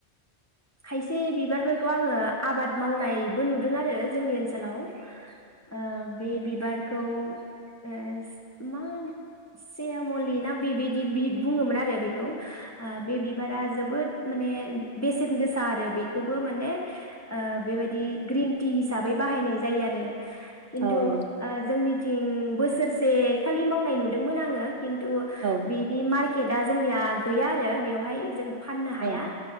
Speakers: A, on the left; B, on the right.
A: खायसे बिबारफोरखौ आङो आबाद मावनायबो नुदों आरो जोंनि ओनसो सोलाव ओ बे बिबारखौ ए मा सेयामलि ना बि-बिदि बि बुङोमोन आरो बिख खौ आ बे बिबारा जोबोद माने बेसेन गोसा आरो बेखौबो माने ओ बेबायदि ग्रिन टि हिसाबै बाहायनाय जायो आरो। किन्थु
B: औ
A: ओ जोंनि थिं बोसोरसे खालि मावनाय नुदोंमोन आङो। किन्थु
B: औ
A: बिदि मार केेटा जोंनिया गैया आरो बेव हाय जों फाननो
B: औ
A: हाया